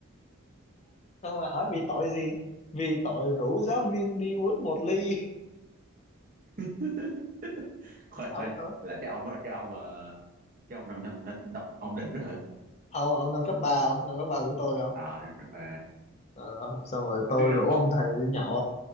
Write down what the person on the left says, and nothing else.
xong rồi hỏi vì tội gì vì tội rủ giáo viên đi uống một ly
đâu
tôi
ông ông năm cấp ba không năm cấp ba của tôi không
Ờ, ờ, xong rồi tôi
rủ ông thầy đi nhậu